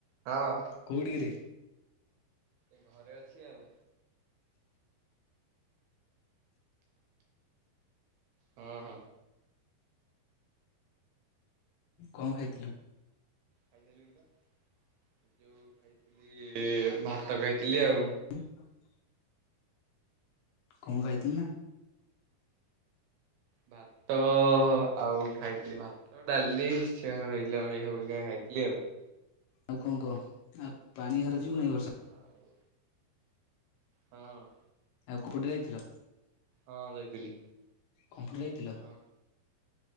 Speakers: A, on the right (about 75°); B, on the left (about 80°).
A: ହଁ।
B: କୋଉଠି କିରେ?
A: ଏ ଘରେ ଅଛି ଆଉ। ହଁ ହଁ।
B: କଣ ଖାଇଥିଲୁ?
A: ଖାଇ ସାଇଲିନି ପା, ଯୋଉ ଖାଇଥିଲି ଭାତ ଖାଇଥିଲି ଆଉ।
B: <unintelligible> କଣ ଖାଇଥିଲି ନା।
A: ଭାତ ଆଉ ଖାଇଥିଲି ଭାତ ଡାଲି। ଶେରା ସବୁ ହେଇଥିଲା <unintelligible> ଖାଇଥିଲି ଆଉ।
B: ଆଉ କଣ କହ, ଆଉ ପାଣି ଭାର ଯିବୁ ନେଇଁ ଏ ବର୍ଷ।
A: ଆଉ। ହଁ।
B: ଆଉକୋଉପଟେ ଯାଇଥିଲ?
A: ହଁ ଯାଇଥିଲି।
B: କମ୍ପ୍ୟୁଟର ଯାଇଥିଲ।
A: ହଁ।